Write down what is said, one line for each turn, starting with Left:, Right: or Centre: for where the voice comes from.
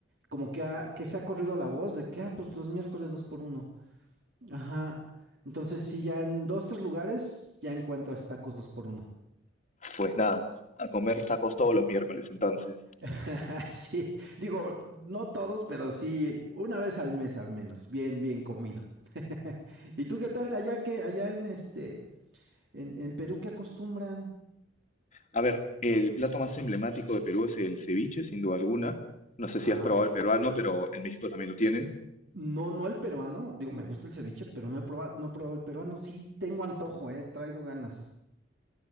Right: como que, ha- que se ha corrido la voz de que, ah, pues los miércoles dos por uno. Ajá. Entonces, sí, ya en dos, tres lugares ya encuentras tacos dos por uno.
Left: Pues nada, a comer tacos todos los miércoles entonces.
Right: <laughs> Sí, digo, no todos, pero sí, una vez al mes al menos, bien, bien comido. <laughs> ¿Y tú qué tal allá que, allá en este, en, en Perú qué acostumbran?
Left: A ver, el plato más emblemático de Perú es el ceviche, sin duda alguna. No sé si
Right: Ah,
Left: has probado
Right: qué rico.
Left: el peruano, pero en México también lo tienen.
Right: No, no el peruano, digo, me gusta el ceviche, pero no he probado, no he probado el peruano, sí tengo antojo, eh, traigo ganas.